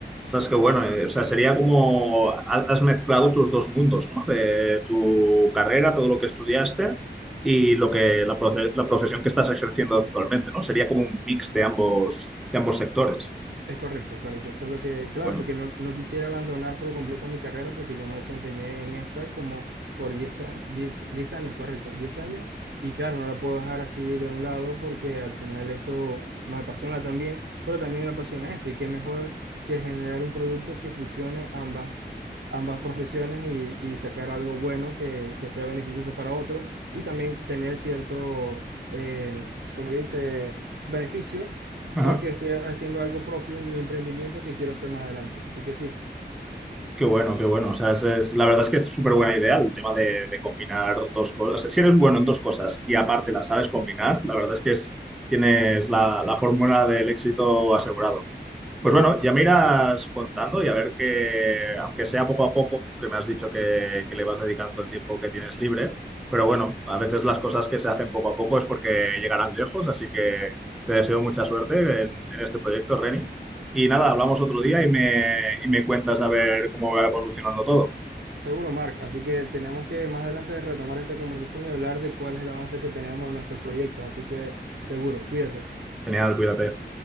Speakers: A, in the centre; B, on the right.
A: Ostras, qué bueno, eh, o sea, sería como ha- has mezclado tus dos mundos, ¿no? De tu carrera, todo lo que estudiaste y lo que la, profe- la profesión que estás ejerciendo actualmente, ¿no? Sería como un mix de ambos, de ambos sectores.
B: Es correcto, es correcto. Eso es lo que, claro,
A: Bueno.
B: porque no, no quisiera abandonar por completo mi carrera porque yo me desempeñé en esta como por 10 años, 10 10 años, correcto, 10 años. Y claro, no la puedo dejar así de un lado porque al final esto me apasiona también, pero también me apasiona esto. Y qué mejor que generar un producto que fusione ambas, ambas profesiones y, y sacar algo bueno que, que sea beneficioso para otros y también tener cierto, eh, como que dice, beneficio
A: Ajá.
B: porque estoy haciendo algo propio, un emprendimiento que quiero hacer más adelante. Así que sí,
A: Qué bueno, qué bueno. O sea, es, es- la verdad es que es súper buena idea el tema de, de combinar dos cosas. Si eres bueno en dos cosas y aparte las sabes combinar, la verdad es que es- tienes la, la fórmula del éxito asegurado. Pues bueno, ya me irás contando y a ver que, aunque sea poco a poco, que me has dicho que, que le vas dedicando el tiempo que tienes libre, pero bueno, a veces las cosas que se hacen poco a poco es porque llegarán lejos, así que te deseo mucha suerte en, en este proyecto, Reni. Y nada, hablamos otro día y me, y me cuentas a ver cómo va evolucionando todo.
B: seguro, Mark. Así que tenemos que más adelante retomar esta conversación y hablar de cuál es el avance que tenemos en nuestros proyectos. Así que seguro, cuídate.
A: Genial, cuídate.